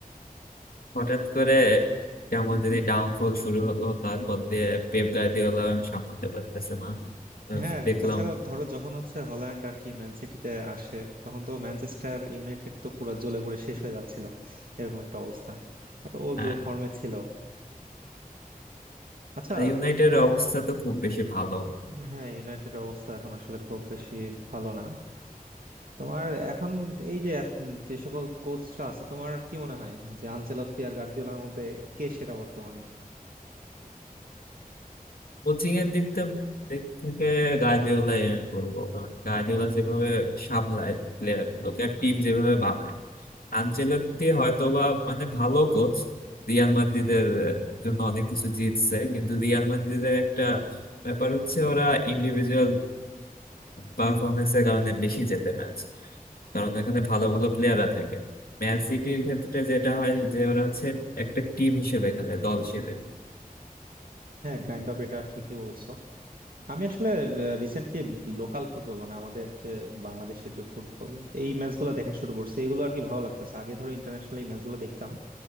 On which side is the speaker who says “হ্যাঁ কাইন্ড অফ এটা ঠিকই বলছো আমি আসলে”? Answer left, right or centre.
Right